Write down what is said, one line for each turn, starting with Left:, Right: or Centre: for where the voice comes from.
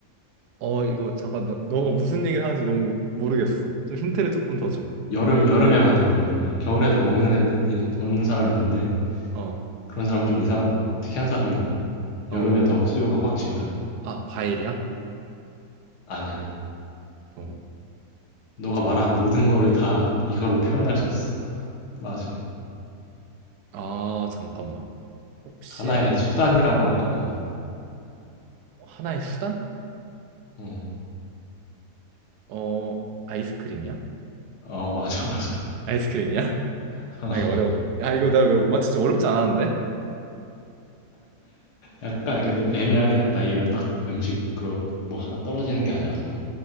Right: 어, 이거 잠깐 너, 너 무슨 얘기를 하는지 너무 모르겠어. 좀 힌트를 조금 더 줘.
Left: 여름 여름에 많이 먹어 여름에. 겨울에도 먹는
Right: 여-
Left: 애들 먹는 사람이 있는데
Right: 어,
Left: 그런 사람 좀 이상한 특이한 사람이고
Right: 어.
Left: 여름에 더 수요가 확 증가해.
Right: 아, 과일이야?
Left: 아니야.
Right: 어,
Left: 너가
Right: 잠깐.
Left: 말한 모든 거를 다 이걸로 표현할 수 있어. 맞아
Right: 아, 잠깐만. 혹시
Left: 하나의 수단이라고 할까? 어,
Right: 하나의 수단?
Left: 어,
Right: 어, 아이스크림이야?
Left: 어, 맞아, 맞아.
Right: 아이스크림이야?
Left: <laughs> 어,
Right: 아 이거 어려워. 아 이거 나 왜 못 맞췄지? 어렵지 않았는데?
Left: 약간 이게 너- 애매하긴 했다. 이 이름 딱 음식으로 뭐 하나 떨어지는 게 아니라서.